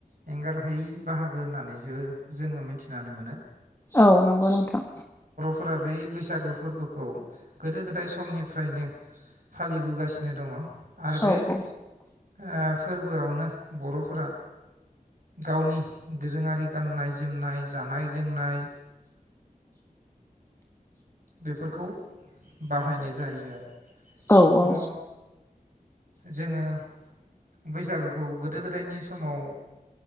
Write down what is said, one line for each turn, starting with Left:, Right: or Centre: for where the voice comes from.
Right: एंगारहायै बाहागो होननानै जो जोङो मिथिनानै मोनो।
Left: औ नोंगौ नोंथां।
Right: फोरा बै बैसागु फोरबोखो खौ गोदो गोदाय समनिफ्रायनो फालिबोगासिनो दङ। आरो बे
Left: औ औ
Right: ओ फोरबोआवनो बर'फोरा गावनि दोरोङारि गाननाय जोमनाय, जानाय लोंनाय बेफोरखौ बाहायनाय जायो आरो।
Left: औ
Right: बेफोराव
Left: औ।
Right: जोङो बैसागोखौ गोदो गोदायनि समाव